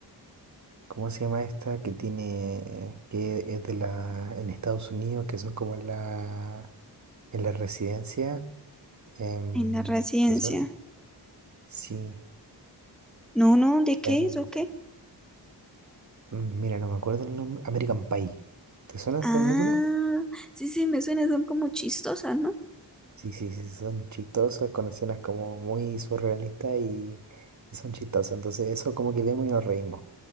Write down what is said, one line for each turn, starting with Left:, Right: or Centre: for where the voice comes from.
Right: ¿Cómo se llama esta que tiene, que es de la, en Estados Unidos, que son como en la, en la residencia? em,
Centre: en la residencia?
Right: ¿te suena? Sí.
Centre: No, no, ¿de qué
Right: em,
Centre: es o qué?
Right: mm, mira, no me acuerdo el nombre. American Pie. ¿Te suena esa
Centre: Ah,
Right: película?
Centre: sí, sí, me suena, son como chistosas, ¿no?
Right: Sí, sí, sí, son chistosas, con escenas como muy surrealistas y, y son chistosas. Entonces eso como que vemos y nos reímos.